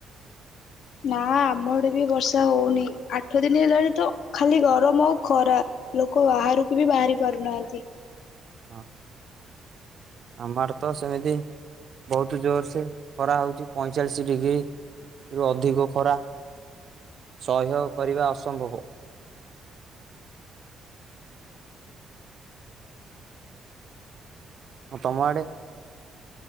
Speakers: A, on the left; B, on the right.
A: ନା ଆମ ଆଡେ ବି ବର୍ଷା ହୋଉନି ଆଠ ଦିନି ହେଲାଣି ତ ଖାଲି ଗରମ ଆଉ ଖରା ଲୋକ ବାହାରକୁ ବି ବାହାରି ପାରୁନାହାନ୍ତି।
B: ହଁ। ଆମର ତ ସେମିତି ବହୁତ ଜୋରସେ ଖରା ହଉଛି ପଇଁଚାଳିଶ୍ ଡିଗ୍ରୀରୁୁ ଅଧିକ ଖରା ସହ୍ୟ କରିବା ଅସମ୍ଭବ। ଆ ତମ ଆଡ଼େ।